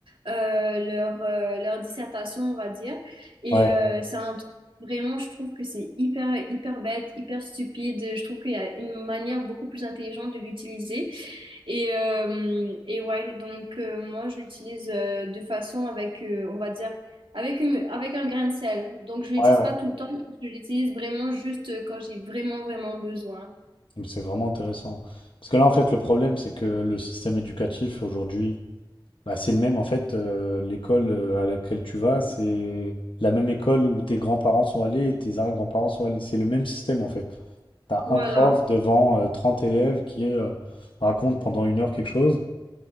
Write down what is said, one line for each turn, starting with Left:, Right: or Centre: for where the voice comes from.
Right: euh, leur, euh, leur dissertation, on va dire. Et
Left: ouais,
Right: euh, c'est un truc- Vraiment, je trouve que c'est hyper, hyper bête, hyper stupide. Je trouve qu'il y a une manière beaucoup plus intelligente de l'utiliser. Et, euh, et ouais, donc euh, moi, je l'utilise euh, de façon avec, euh, on va dire, avec une- avec un grain de sel. Donc, je l'utilise
Left: ouais. ouais.
Right: pas tout le temps, je l'utilise vraiment juste euh, quand j'ai vraiment, vraiment besoin.
Left: Donc, C'est vraiment intéressant. Parce que là, en fait, le problème, c'est que le système éducatif, aujourd'hui, Bah, c'est le même, en fait, euh, l'école euh, à laquelle tu vas, c'est la même école où tes grands-parents sont allés et tes arrière-grands-parents sont allés. C'est le même système, en fait. Tu as
Right: Voilà.
Left: un prof devant euh, 30 élèves qui euh, raconte pendant une heure quelque chose,